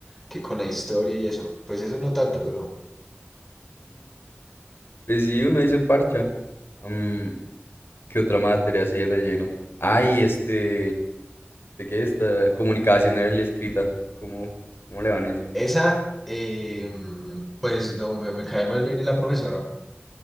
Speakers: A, in the centre; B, on the left.
A: que con la historia y eso. Pues eso no tanto, pero
B: Pues sí, uno dice parcha. Am, ¿qué otra materia así de relleno? Ay, este. Sé que esta comunicación era la escrita. ¿Cómo, ¿Cómo le van eso?
A: esa, eh, mm, pues no, me, me cae más bien la profesora.